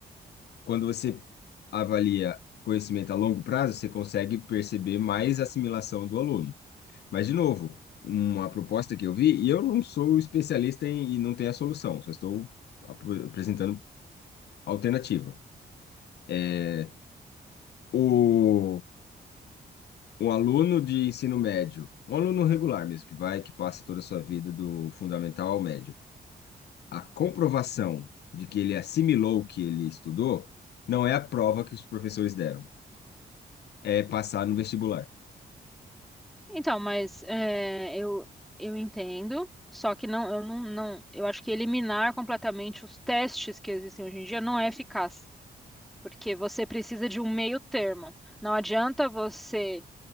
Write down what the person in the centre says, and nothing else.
Então, mas é, eu, eu entendo, só que não, eu não, não, eu acho que eliminar completamente os testes que existem hoje em dia não é eficaz, porque você precisa de um meio termo. Não adianta você